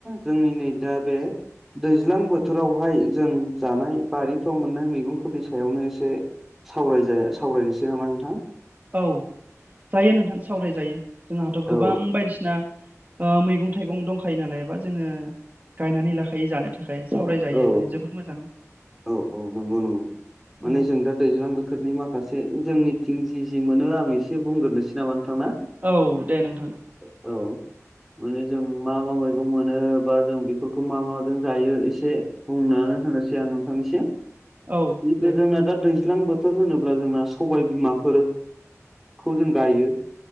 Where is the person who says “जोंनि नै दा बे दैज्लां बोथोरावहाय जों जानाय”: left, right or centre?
Centre